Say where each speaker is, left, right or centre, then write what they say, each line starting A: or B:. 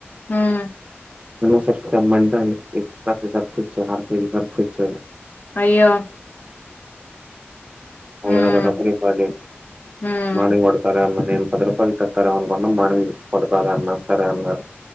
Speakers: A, on the left; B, on the right.
A: హుమ్మ్
B: చిన్న సర్ఫ్ తెమ్మంటే ఆళ్లు పెద్ద సర్ఫ్ తెచ్చారు అరకేజీ సర్ఫ్ తెచ్చారు
A: అయ్యో
B: మల్లగద
A: హ్మ్.
B: డబ్బుల్లివ్వలి
A: హ్మ్.
B: మార్నింగ్ వాడు సరే అన్న నేను పది రూపాయలు కక్కార అనుకున్నా మార్నింగ్ కొడుతాలే అన్నా సరే అన్నారు